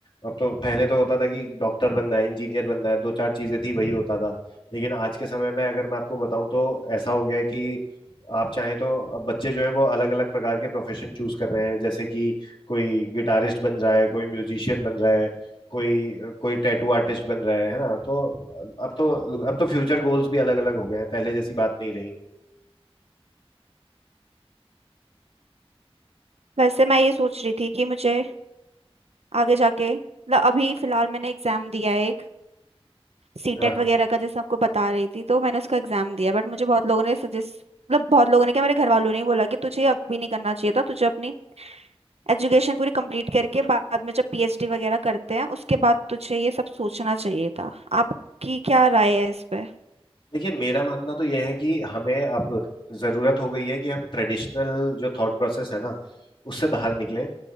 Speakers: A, on the left; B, on the right.
A: अब तो पहले तो होता था कि डॉक्टर बनना है इंजीनियर बनना है दो चार चीजें थी वही होता था लेकिन आज के समय में अगर मैं आपको बताऊं तो ऐसा हो गया है कि आप चाहें तो अब बच्चे जो है वो अलग अलग प्रकार के प्रोफेशन चूज कर रहे हैं जैसे कि कोई गिटारिस्ट बन रहा है कोई म्यूजिशियन बन रहा है कोई कोई टैटू आर्टिस्ट बन रहा है है ना तो अब तो अब तो फ्यूचर गोल्स भी अलग अलग हो गए हैं पहले जैसी बात नहीं रही
B: वैसे मैं ये सोच रही थी कि मुझे आगे जाके मतलब अभी फिलहाल मैंने एग्जाम दिया है सीटेट
A: हाँ
B: वगैरह का जैसे आपको बता रही थी तो मैंने उसका एग्जाम दिया बट मुझे बहुत लोगों ने सजेस्ट मतलब बहुत लोगों ने क्या मेरे घर वालों ने ही बोला कि तुझे अभी नहीं करना चाहिए था तुझे अपनी एजुकेशन पूरी कंप्लीट करके बाद में जब पीएचडी वगैरह करते हैं उसके बाद तुझे ये सब सोचना चाहिए था आपकी क्या राय है इस पे
A: देखिए मेरा मानना तो यह है कि हमें अब जरूरत हो गई है कि हम ट्रेडिशनल जो थॉट प्रोसेस है ना उससे बाहर निकलें